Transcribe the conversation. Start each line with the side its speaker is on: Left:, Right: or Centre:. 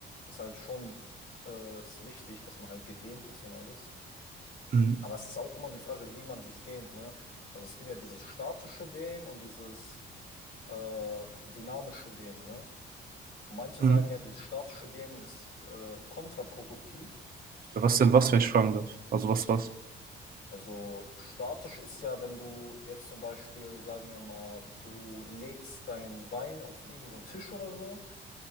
Left: ist halt schon äh, ist wichtig, dass man halt gedehnt ist und alles.
Right: Mhm.
Left: Aber es ist auch immer die Frage, wie man sich dehnt, ne? Also es gibt ja dieses statische Dehnen und dieses äh, dynamische Dehnen, ne? Manche
Right: Mhm.
Left: sagen ja, dieses statische Dehnen ist äh, kontraproduktiv.
Right: Was denn was, wenn ich fragen darf? Also was, was?
Left: Also statisch ist ja, wenn du jetzt zum Beispiel, sagen wir mal, du legst dein Bein auf irgendeinen so einen Tisch oder so,